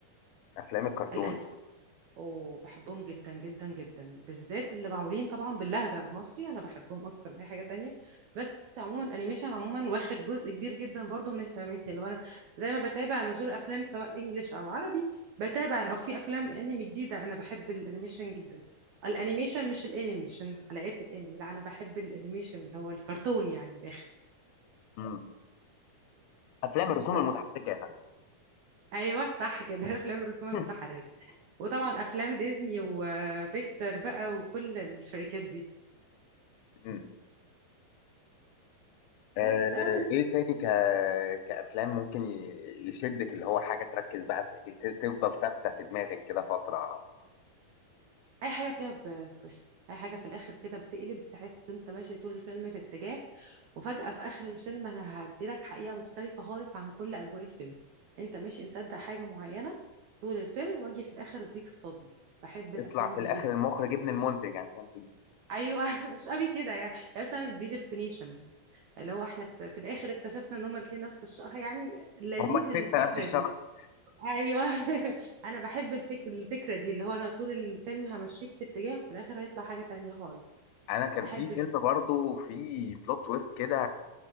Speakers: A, on the left (about 80°); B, on the right (about 85°).
A: أفلام الكرتون
B: الأن... اوه بحبهم جدا جدا جدا بالذات اللي معمولين طبعا باللهجة المصري انا بحبهم اكتر من اي حاجة تانية بس عموما انيميشن عموما واخد جزء كبير جدا برضو من اهتماماتي اللي هو انا زي ما بتابع نزول افلام سواء انجليش او عربي بتابع لو في افلام انمي جديدة انا بحب الانيميشن جدا الانيميشن مش الانمي عشان حلقات الانمي لا انا بحب الانيميشن اللي هو الكرتون يعني من الاخر
A: مم. أفلام الرسوم
B: بس
A: المتحركة يا فندم
B: ايوه صح كده <laughs> افلام الرسوم
A: <laughs>
B: المتحركة وطبعا افلام ديزني وبيكسار بقى وكل الشركات دي
A: مم. آه،
B: بس ده بالنسبة
A: إيه تاني ك... كأفلام ممكن ي... يشدك اللي هو حاجة تركز بقى في... ت- تفضل ثابتة في دماغك كده فترة
B: اي حاجه فيها بتويست اي حاجه في الاخر كده بتقلب بتحس إن انت ماشي طول الفيلم في اتجاه وفجاه في اخر الفيلم انا هديلك حقيقه مختلفه خالص عن كل اجواء الفيلم انت ماشي مصدق حاجه معينه طول الفيلم واجي في الاخر اديك الصدمه بحب الافلام
A: يطلع في
B: دي
A: الآخر
B: جدا
A: المخرج ابن المنتج عشان تجي
B: ايوه <laughs> مش قوي كده يعني يعني مثلا بريديستنيشن اللي هو احنا في, في الاخر اكتشفنا ان هما الاثنين نفس الشخص يعني لذيذ
A: هما الستة
B: الفكره
A: نفس الشخص
B: دي ايوه <laughs> انا بحب الفك... الفكره دي اللي هو انا طول الفيلم همشيك في اتجاه وفي الاخر هيطلع حاجه تانية خالص
A: أنا كان
B: بحب
A: في فيلم
B: الفكره
A: برضو في بلوت تويست كده